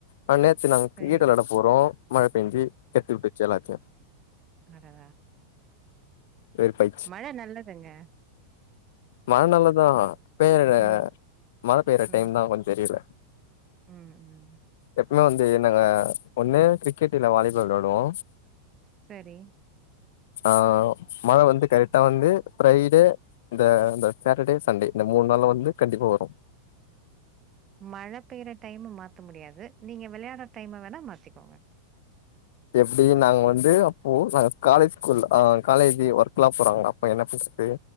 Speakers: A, on the left; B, on the right.
A: நா நேத்
B: சரிங்க
A: வீட்ட போறோ மழபெஞ்சி கெத்து விட்டுச்செல்லாத்தயு
B: அடா
A: வெறுப்பாயிச்சு
B: மழ நல்லதுங்க
A: மழை நலதா பெயற
B: ம்
A: மழ பெய்யற
B: ம்
A: டைம் தா கொஞ்சோ தெரியல
B: ம் ம்
A: எப்பவுமே வந்து நாங்க
B: சரி.
A: ஒண்ணு கிரிக்கெட் இல்ல வாலிபால் வெளாடுவோ
B: செரி
A: ஆ மழ வந்து கரெக்டா வந்து ஃப்ரைடே இந்த சேட்டடே சண்டே இந்த மூணு நாளா வந்து கண்டிப்பா வரு
B: மழ பெயற டைம் மாத்த முடியாது நீங்க விளையாடுற டைம் வேணா மாத்திக்கோங்க
A: எப்டியு நாங்க வந்து அப்போ நா காலேஜ் ஸ்கூல் அ காலேஜி ஒர்க்க் எல்லா போறாங்களா அப்ப என்ன பஸ்து